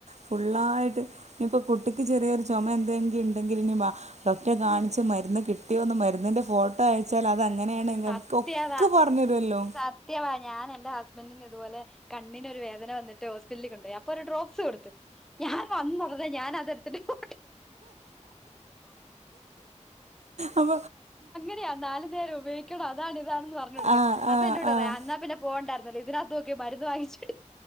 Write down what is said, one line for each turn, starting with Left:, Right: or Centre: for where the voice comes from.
Right: ഫുള്ളായിട്ട് എ പ്പൊ കുട്ടിക്ക് ചെറിയൊരു ചൊമ എന്തെങ്കിണ്ടെങ്കിലിനി വാ ഡോക്ട്റെ കാണിച്ച് മരുന്ന് കിട്ടിയോന്ന് മരുന്നിന്റെ ഫോ ട്ടോ അയച്ചാൽ അത് അങ്ങനെയാണ് ങ്ങക്കൊക്കെ
Centre: സത്യം അതാ
Right: പറഞ്ഞരുല്ലോ
Centre: സത്യവാ ഞാൻ എന്റെ ഹസ്ബൻഡിന് ഇതുപോലെ കണ്ണിനൊരു വേദന വന്നിട്ട് ഓസ് പ്പിലി കൊണ്ടോയി അപ്പോ ഒരു ഡ്രോപ്സ് കൊടുത്ത് ഞാൻ വന്ന ഒടനെ ഞാൻ അതെടുത്തിട്ട് ഫോ
Right: അപോ
Centre: ത്യാ നാല് നേരം ഉപയോഗിക്കണം അതാണ് ഇതാണെന്ന് പറഞ്ഞ് കൊടുക്കാൻ
Right: ആ
Centre: അപ്പോ
Right: ആ
Centre: എന്നോട് പറയാ
Right: ആ
Centre: അന്നാ പിന്നെ പോകണ്ടാർ ന്നലെ ഇതിനാത്ത് നോക്കി മരുന്ന് വാങ്ങിച്ച്